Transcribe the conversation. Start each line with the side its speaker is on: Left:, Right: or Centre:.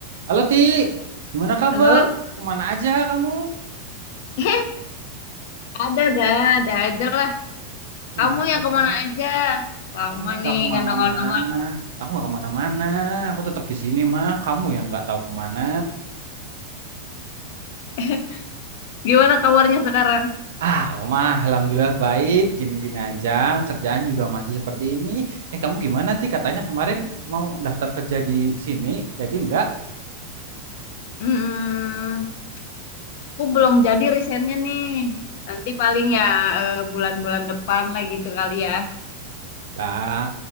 Right: Halo Ti, gimana kabar?
Left: Halo?
Right: Kemana aja kamu?
Left: <laughs> Eh, ada dah, ada aja lah.
Right: Gimana
Left: Kamu
Right: kabar?
Left: yang kemana aja? Lama
Right: Aku mah nggak
Left: nih
Right: kemana-mana.
Left: nggak nongol-nongol.
Right: Aku nggak kemana-mana. Aku tetap di sini mah. Kamu yang nggak tahu kemana.
Left: <laughs> Gimana kabarnya sekarang?
Right: Ah, aku mah alhamdulillah baik. Gini-gini aja. Kerjaan juga masih seperti ini. Eh, kamu gimana Ti? Katanya kemarin mau daftar kerja di sini. Jadi nggak
Left: Hmm, aku belum jadi risetnya nih. Nanti paling ya eh, bulan-bulan depan lah gitu kali ya.
Right: lah.